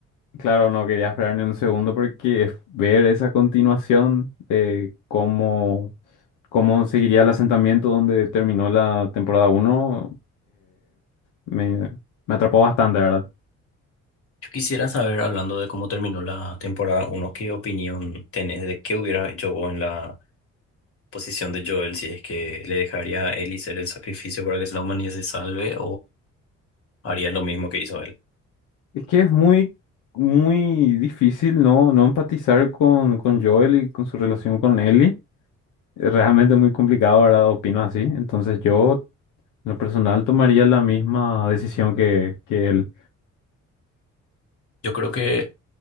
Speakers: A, on the left; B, on the left.
A: Claro, no quería esperar ni un segundo porque ver esa continuación de cómo, cómo seguiría el asentamiento donde terminó la temporada 1 me, me atrapó bastante, ¿verdad?
B: Yo quisiera saber, hablando de cómo terminó la temporada uno ¿qué opinión tenés de qué hubiera hecho vos en la posición de Joel si es que le dejaría a Ellie ser el sacrificio para que la humanidad se salve haría lo mismo que hizo él.
A: Es que es muy, muy difícil no, no empatizar con, con Joel y con su relación con Ellie. Es realmente muy complicado, ¿verdad? Opino así. Entonces yo, en lo personal, tomaría la misma decisión que, que él.
B: Yo creo que